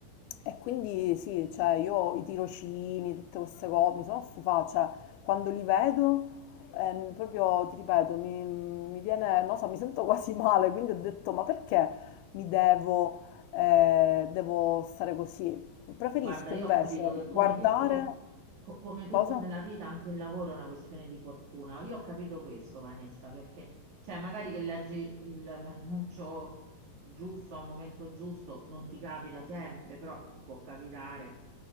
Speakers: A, on the left; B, on the right.
A: E quindi sì, cioè io i tirocini, tutte queste cose, mi sono stufata, cioè quando li vedo, ehm, proprio ti ripeto, mi, mi viene, non so, mi sento <laughs> quasi male, quindi ho detto, ma perché mi devo, eh, devo stare così? Preferisco
B: Guarda, io
A: invece
B: ho capito che come
A: guardare,
B: tutto, co- come tutto
A: cosa?
B: nella vita, anche il lavoro è una questione di fortuna. Io ho capito questo, Vanessa, perché cioè, magari che leggi il- l'annuncio giusto al momento giusto, non ti capita sempre, però può capitare.